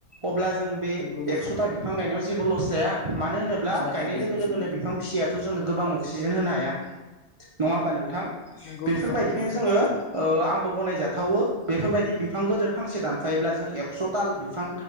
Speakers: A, on the right; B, on the left.
A: अब्ला जों बे
B: नंगौ नोंथां
A: एकस'था बिफां गायनायाव जेबो लस जाया मानो होनोब्ला
B: जाया
A: गायनाय
B: नंगौ
A: लोगो लोगोनो
B: नोंथां
A: बिफां फिसिया थ' जोंनो गोबां अक्सिजेन होनो हाया नङा ओमबा नोंथां।
B: नंगौ
A: बेफोरबायदिनो
B: नोंथां नंगौ थारैनो
A: जोङो ओ आं गनायजाथावो बेफोरबायदि बिफां गोदिर फांसे दानफायोबा जों एक्स दाल बिफां